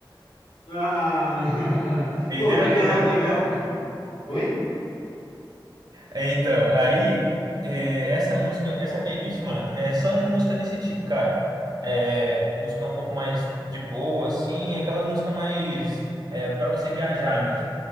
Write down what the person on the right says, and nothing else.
Entendeu?
Entendeu?
Entendeu?
É, Então, aí, é, essa música, essa playlist, mano, é só de música desse tipo, cara. É, música um pouco mais de boa, assim, aquelas músicas mais, é, para você viajar mesmo.